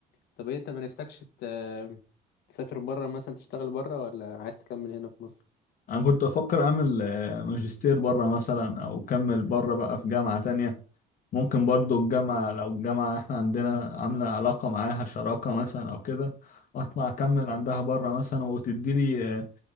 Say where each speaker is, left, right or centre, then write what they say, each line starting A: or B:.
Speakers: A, on the left (about 75°); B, on the left (about 55°).
A: طب ايه انت ما نفسكش ت- تسافر بره مثلا تشتغل بره ولا عايز تكمل هنا في مصر
B: أنا كنت أفكر أعمل آه، ماجستير بره مثلا أو أكمل بره بقى في جامعة تانية ممكن برضو الجامعة لو الجامعة احنا عندنا عاملة علاقة معاها شراكة مثلا أو كده اطلع اكمل عندها بره مثلا وتدي لي